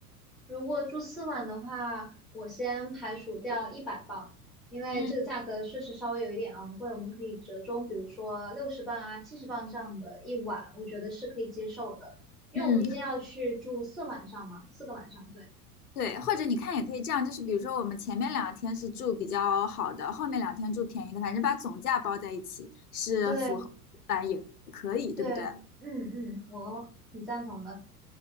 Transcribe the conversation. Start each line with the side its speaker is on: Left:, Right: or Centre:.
Centre: 如果住四晚的话，我先排除掉一百磅，因为这个价格确实稍微有一点昂贵，
Left: 嗯
Centre: 我们可以折中，比如说六十磅啊、七十磅这样的一晚，我觉得是可以接受的，因为我们毕竟要去住四晚上嘛，
Left: 嗯，
Centre: 四个晚上，对
Left: 对，或者你看也可以这样，就是比如说我们前面两天是住比较好的，后面两天住便宜的，反正把总价包在一起是符合吧，
Centre: 对
Left: 也可以，对不对？
Centre: 对，嗯嗯，我挺赞同的